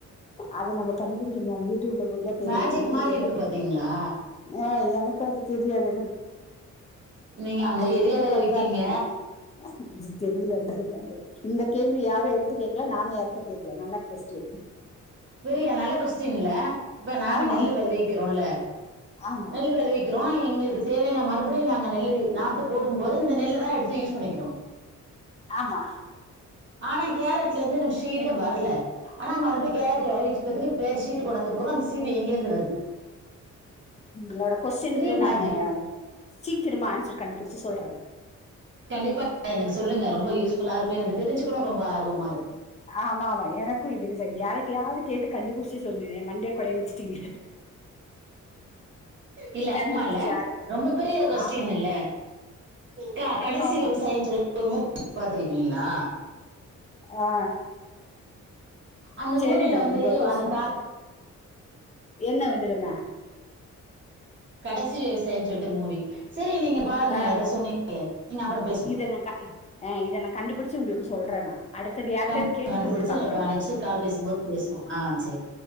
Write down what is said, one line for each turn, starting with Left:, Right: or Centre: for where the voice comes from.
Left: அது நம்ம கண்டுபிடிக்கணு அது யூடியூப்ல போயி தா தெரியாது
Right: மேஜிக்
Left: எனக்குந்
Right: மாரி
Left: தெரியாது
Right: இருக்கு பாத்தீங்களா
Left: ஆ எனக்கு அது தெரியாதுனா
Right: நீங்க அந்த
Left: அது
Right: ஏரியால
Left: எப்புடி பண்றாங்கன்னு
Right: இருக்கீங்க
Left: இது தெரியலேன்றது <unintelligible> இந்த கேள்வி யாரு வந் து கேக்ல நானு யார்டயு கேக்ல நல்லா கொஸ்டியன்
Right: தெரில நல்ல கொஸ்டியன்ல்ல இப்ப நாங்க
Left: ஆமா
Right: நெல்லு வெளவிக்கிறோல்ல
Left: ஆமா
Right: நெல்லு வெளவிக் க்கிறோ எங்குளுக்கு தேவையான மறுபடியு நாங்க நெல்லு நாத்து போடும் போது இந்த நெல்லு தா எடுத்து யூஸ் பண்ணிக்கிறோ
Left: ஆமா
Right: ஆனா கேரட்ல இருந்து நம்ம சீடே வர்ல ஆனா மறுபடியு கேரட்டு விக்கிறதுக்கு வேறு சீடு கொண்டாந்து போட்றோ அந்த சீடு எங்கேருந்து வருது
Left: உங்களோட கொஸ்டினுக்கு
Right: பெரிய
Left: நானு
Right: மேஜிக்
Left: சீக்கிரமா ஆன்சர் கண்டுபிடிச்சு சொல்றே
Right: கண்டிப்பா எனக்கு சொல்லுங்க ரொம்ப யூஸ்ஃபுல்லா இருக்கு எனக்கு தெரிஞ்சுக்கணு ரொம்ப ஆர்வமா இருக்கு
Left: ஆமா ஆமா எனக்கு இதுக்கு யாரிட்டையாவது கேட்டு கண்டுபிடிச்சு சொன்னே மண்டயே கொடைய வச்சுட்டீங்க
Right: இல்ல
Left: கண்டுபிடிச்சே
Right: ஆமா இல்ல
Left: ஆகல
Right: ரொம்ப பெரிய கொஸ்டின்
Left: ஆமா
Right: இல்ல கா
Left: ஆமா
Right: கடைசி
Left: ஆமா
Right: விவசாயம்னு சொல்லி ஒரு மூவி பாத்துருக்கீங்ளா
Left: ஆ
Right: அந்த
Left: சேரி
Right: மூவில
Left: மேம்
Right: வந்து
Left: உங்க கொஸ்டின்க்கு
Right: அந்த தா-
Left: என்ன <unintelligible>
Right: கடைசி விவசாயினு சொல்லிட்டு மூவி செரி நீங்க பாருங்க
Left: ஆ
Right: எதோ சொன்னீங்ளே நீங்க அப்புற பேசுவோ
Left: இத நா க ஆ இத நா கண்டுபிடிச்சு உங்களுக்கு சொல்றே மேம் அடுத்தது யார்ட்டயாவது
Right: க
Left: கேட்டுட்டு
Right: கண்டுபிடிச்சு
Left: உங்களுக்கு கால் பண்றே
Right: நெக்ஸ்ட் கால் பேசும்போது பேசுவோ ஆ செரி